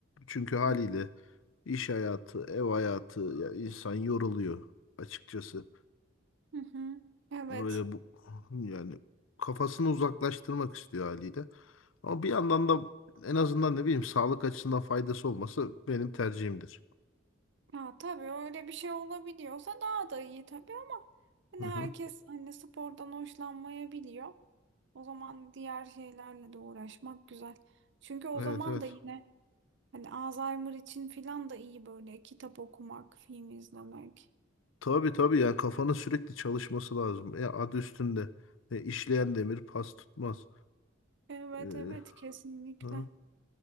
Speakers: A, on the left (about 85°); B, on the right (about 65°).
A: Çünkü haliyle
B: Hı hı.
A: iş hayatı, ev hayatı ya insan yoruluyor açıkçası.
B: Hı hı. Evet.
A: Böyle bu yani kafasını uzaklaştırmak istiyor haliyle. Ama bir yandan da en azından ne bileyim sağlık açısından faydası olması benim tercihimdir.
B: Ha, tabii öyle bir şey olabiliyorsa daha da iyi tabii ama hani
A: Hı hı.
B: herkes hani spordan hoşlanmayabiliyor. O zaman diğer şeylerle de uğraşmak güzel. Çünkü o
A: Evet
B: zaman
A: evet.
B: da yine hani Alzheimer için filan da iyi böyle kitap okumak, film izlemek.
A: Tabii tabii yani kafanın sürekli çalışması lazım. E, adı üstünde. E, işleyen demir pas tutmaz.
B: Evet
A: Ee,
B: evet kesinlikle.
A: ha,